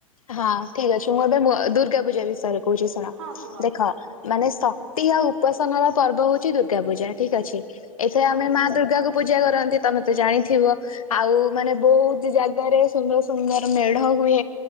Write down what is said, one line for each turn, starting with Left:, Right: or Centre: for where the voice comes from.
Left: ହଁ ଠିକ୍ ଅଛି ମୁଁ ଏବେ ଦୁର୍ଗା ପୂଜା ବିଷୟରେ କହୁଚି ଶୁଣ।
Right: ହଁ କୁହ
Left: ଦେଖ ମାନେ ଶକ୍ତି ଆଉ ଉପାସନ ର ପର୍ବ ହୋଉଚି ଦୁର୍ଗା ପୂଜା ଠିକ୍ ଅଛି। ଏଥିରେ
Right: ହଁ
Left: ଆମେ ମା ଦୁର୍ଗାକୁ ପୂଜା କରନ୍ତି ତମେ ତ ଜାଣିଥିବ। ଆଉ ମାନେ ବହୁତ୍ ଜାଗାରେ ସୁନ୍ଦର୍ ସୁନ୍ଦର୍ ମେଢ ହୁଏ।